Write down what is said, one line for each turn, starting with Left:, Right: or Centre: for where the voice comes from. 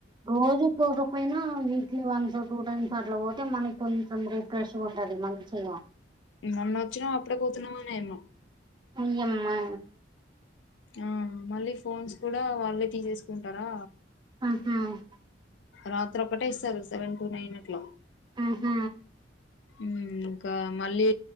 Right: రోజు పోదం పోయినా వీక్లీ వన్స్ టూ టైమ్స్ అట్లా వోతే మనక్ కొంచెం రిఫ్రెష్గ ఉంటది మంచిగా
Left: మొన్న ఒచ్చినవ్ అప్పుడే కోతున్నావ్ అనేమో
Right: అయ్యమ్మా
Left: ఆ మళ్ళీ ఫోన్స్ కూడా వాళ్ళే తీసేస్కుంటరా
Right: అహవ్
Left: రాత్రి ఒక్కటే ఇస్తరు సెవెన్ టూ నైన్ అట్ల
Right: మ్ హ్
Left: మ్ ఇంకా మళ్ళీ